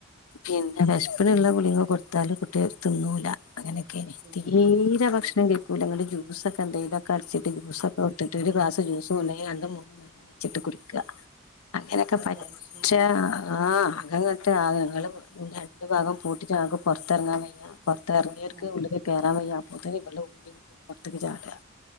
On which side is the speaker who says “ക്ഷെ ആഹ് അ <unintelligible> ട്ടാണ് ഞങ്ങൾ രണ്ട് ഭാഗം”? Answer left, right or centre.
Left